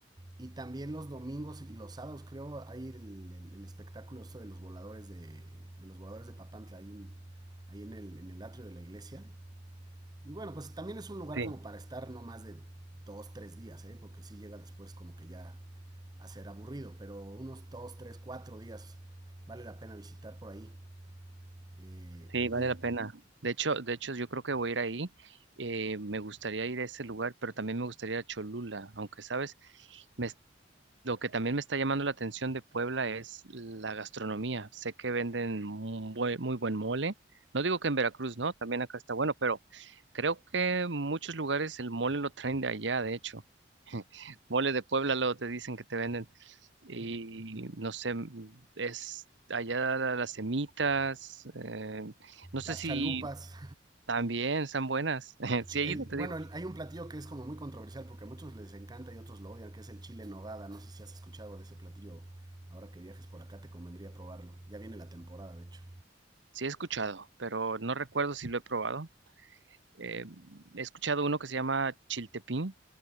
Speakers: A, on the right; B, on the right.
A: Y también los domingos y los sábados, creo, hay el, el, el espectáculo esto de los voladores de, de los voladores de Papantla. Hay un, ahí en el, en el atrio de la iglesia. Y bueno, pues también es un lugar
B: Sí,
A: como para estar no más de dos, tres días, ¿eh? porque si sí llega después como que ya a ser aburrido, pero unos dos, tres, cuatro días vale la pena visitar por ahí. Eh,
B: sí,
A: a mí,
B: vale la pena. De hecho, de hecho, yo creo que voy a ir ahí. Eh, me gustaría ir a ese lugar, pero también me gustaría ir a Cholula, aunque, ¿sabes? Me Lo que también me está llamando la atención de Puebla es la gastronomía. Sé que venden mu- bue- muy buen mole. No digo que en Veracruz, ¿no? También acá está bueno, pero creo que muchos lugares el mole lo traen de allá, de hecho. Mole de Puebla luego te dicen que te venden. Y no sé, mm, es allá la- las semitas. eh, no sé
A: las
B: si
A: chalupas,
B: también están buenas. <laughs> Sí he
A: El,
B: ido, te
A: bueno,
B: digo.
A: hay un platillo que es como muy controversial porque a muchos les encanta y otros lo odian, que es el chile en nogada. No sé si has escuchado de ese platillo. Ahora que viajes por acá te convendría probarlo. Ya viene la temporada, de hecho.
B: Sí he escuchado, pero no recuerdo si lo he probado. Eh, he escuchado uno que se llama chiltepín.